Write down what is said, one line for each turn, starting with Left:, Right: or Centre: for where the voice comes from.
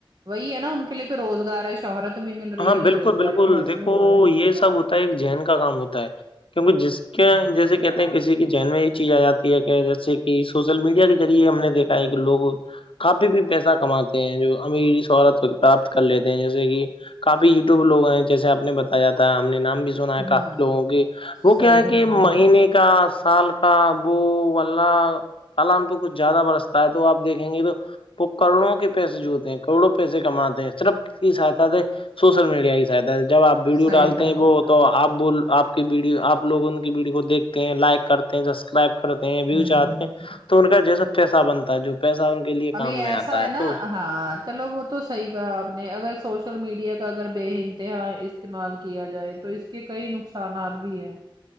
Right: وہی ہے نا ان کے لیے تو روزگار ہے شہرت بھی مل رہی
Left: ہاں
Right: ہے انہیں
Left: بالکل
Right: روزگار
Left: بالکل
Right: بھی حاصل
Left: دیکھو
Right: ہو رہا ہے
Left: یہ سب ہوتا ہے ایک جین کا کام ہوتا ہے کیونکہ جس کے
Right: ہوں
Left: جیسے کہتے کسی کی جین میں یہ چیز آ جاتی ہے کہ جیسے کہ سوشل میڈیا کے ذریعے ہم نے دیکھا ہے کہ لوگ کافی بھی پیسہ کماتے ہیں جو امری سہولت پراپت کر لیتے ہیں جیسے کہ کافی یوٹیوب لوگ ہیں جیسےپ نے بتایا جا ہے ہم نے نام بھی ہونا ہے
Right: ہوں
Left: کافی لوگوں کے وہ
Right: صحیح
Left: کیا ہے
Right: فرمایا
Left: کہ مہینے
Right: آپ نے
Left: کا سال کاابو وال کالان پہ کچھ زیادہ برستا ہے تو آپ دیکھیں گے تو وہ کروڑوں کے پیسے جوتے ہیں کروڑوں پیسے کماتے ہیں صرف ک کی سہاتا سے سوشل میڈیا کی سہایتا ہے جب آپ ویڈیو
Right: صحیح
Left: ڈالتے
Right: فرمایا
Left: ہیں وہ تو آپ بول آپ کی ویڈیو آپ لوگ ان کی ویڈیو کو دیکھتے ہیں لائک کرتے ہیں سبسکرائب کرتے ہیں بھیو
Right: ہوں
Left: چاہتے
Right: ہوں
Left: ہیں تو ان کا جیسا پیسہ بنتا ہے جو پیسہ ان کے لیے کام
Right: ابھی ایسا
Left: میں آتا ہے
Right: نا
Left: تو
Right: ہاں چلو وہ تو صحیح کہا آپ نے اگر سوشل میڈیا کا اگر بے انتہا استعمال کیا جائے تو اس کے کئی نقصانات بھی ہیں